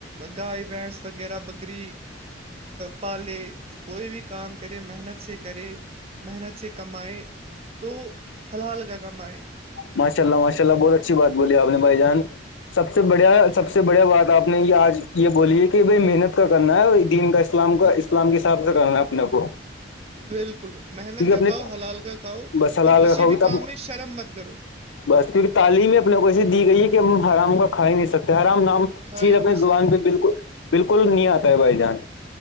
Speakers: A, on the right; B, on the left.
A: گائے بھینس وغیرہ بکری پالے کوئی بھی کام کرے محنت سے کرے محنت سے کمائے تو حل حال کا کم ہے
B: ماشاء اللہ ماشاء اللہ بہت اچھی بات بولی آپ نے بھائی جان سب سے بڑیا سب
A: بالکل
B: سے بڑیا بات آپ نے یہ آج یہ بولیے کہ بھائی محنت کا کرنا ہے اور دین کا اسلام کا اسلام کے حساب سے کرنا ہے اپنے کو
A: بالکل محنت
B: کیونکہ
A: کا
B: اپنے
A: کھاؤ حلال کا کھاؤ
B: بس حلال
A: اور کسی
B: کا کھاؤ
A: بھی
B: تب
A: کام میں شرم مت کرو
B: بس کیونکہ تعلیم ہی اپنے کو ایے دی گئی ہے کہ ہم آرام کا کھا ہی نہیں سکتے آرام نام
A: کھا
B: چیز
A: ہی
B: اپنی
A: نہیں
B: زبان
A: سکتے
B: پہ بالکل بالکل نہیں آتا ہے بھائی جان